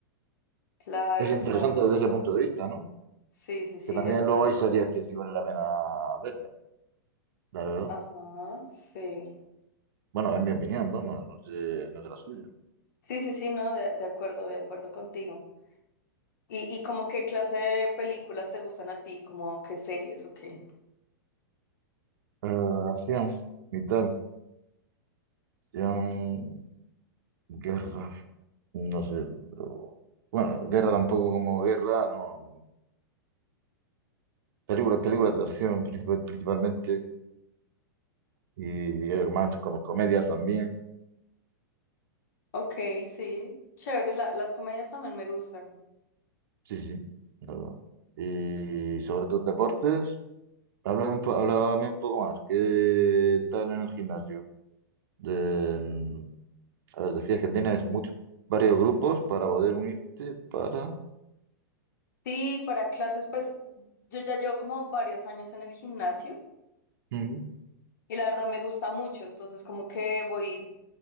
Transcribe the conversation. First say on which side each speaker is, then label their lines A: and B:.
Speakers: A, on the left; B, on the right.
A: Claro,
B: es No, interesante
A: claro,
B: desde
A: claro.
B: ese punto de vista, ¿no?
A: Sí, sí, sí,
B: que también
A: de acuerdo.
B: luego hay series que sí vale la pena verlas, la verdad.
A: Ajá, sí.
B: Bueno, es mi opinión, vamos, no sé, no sé la suya.
A: Sí, sí, sí, no, de, de acuerdo, de acuerdo contigo. ¿Y, y como qué clase de películas te gustan a ti? ¿Como qué series o qué?
B: Eh, acción y tal. Acción, guerra, no sé, pero... Bueno, guerra tampoco como guerra, no. Películas, películas de acción princip- principalmente y hay más como comedias también.
A: Ok, sí. Chévere, la- las comedias también me gustan.
B: Sí, sí. no. Y sobre tus deportes, háblame un, po- háblame un poco más. ¿Qué tal en el gimnasio? De, a ver, decías que tienes muchos, varios grupos para poder unirte para...
A: Sí, para clases, pues Yo ya llevo como varios años en el gimnasio
B: Ujú,
A: y la verdad me gusta mucho, entonces como que voy,